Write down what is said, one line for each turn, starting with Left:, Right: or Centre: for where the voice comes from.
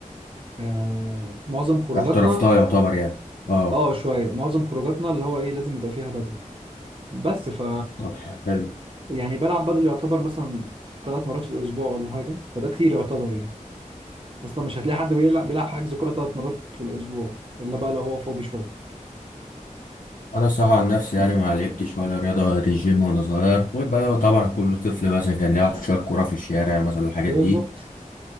Right: آه معظم خروجاتنا
Left: احترفتها يعتبر يعني اه
Right: اه شويه معظم خروجاتنا اللي هو ايه لازم يبقى فيها بادل بس ف
Left: طب حلو
Right: يعني بلعب بادل يعتبر مثلا ثلاث مرات في الاسبوع ولا حاجه فده كتير يعتبر يعني اصلا مش هتلاقي حد بيلعب بيلعب حجز كوره ثلاث مرات في الاسبوع الا بقى لو هو فاضي شويه
Left: انا الصراحة عن نفسي يعني ما لعبتش ولا رياضة غير الجيم وانا صغير غير بقى
Right: مم.
Left: طبعا كل طفل مثلا كان يلعب شوية كورة في الشارع مثلا الحاجات
Right: بالظبط
Left: دي